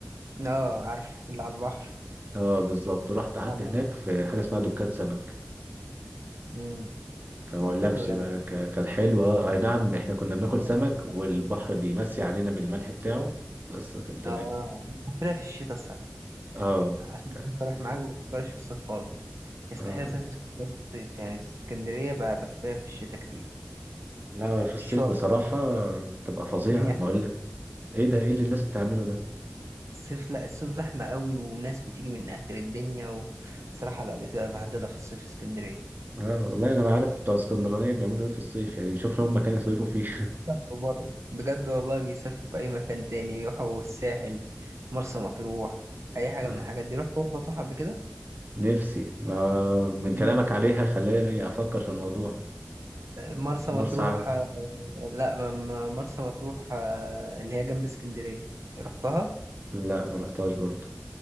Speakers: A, on the right; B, on the right.
A: هنا؟ آه عارف اللي على البحر
B: اه بالظبط رحت قعدت
A: آه
B: هناك في حاجه اسمها دكان سمك
A: أمم
B: فما
A: لا
B: اقولكش
A: حلو
B: بقى ك- كان حلو اه اي نعم احنا كنا بناكل سمك
A: لو
B: والبحر بيمسي علينا بالملح بتاعه بس كان تمام
A: آه بسافرها في الشتاء الصراحة
B: اه
A: عشان
B: ك-
A: أكون صريح معاك ما بسافرهاش في الصيف خالص يستحيل
B: اه
A: أسافر اسكندرية في الصيف يعني اسكندرية ب- بسافرها في الشتاء كتير
B: لا في الصيف
A: الشغل
B: بصراحه تبقى فظيعه
A: الدنيا
B: ما
A: حلوة
B: اقولك ايه ده ايه اللي الناس بتعمله ده
A: الصيف لا الصيف زحمة قوي وناس بتيجي من آخر الدنيا وصراحة لا بتبقى بهدلة في الصيف اسكندرية
B: اه والله انا ما عارف بتوع اسكندرانيه بيعملوا ايه في الصيف يعني شوف لهم مكان يصيفوا فيه <laughs>
A: بيسافروا بره بجد والله بيسافروا في أي مكان تاني يروحوا الساحل مرسى مطروح أي حاجة
B: اه
A: من الحاجات دي رحت مرسى مطروح قبل كده
B: نفسي ما من
A: جميل
B: كلامك عليها خلاني افكر في الموضوع
A: مرسى
B: مرسى
A: مطروح
B: علم
A: آه، لا ما- ما- مرسى مطروح آه، اللي هي جنب اسكندرية رحتها
B: لا ما رحتهاش برضو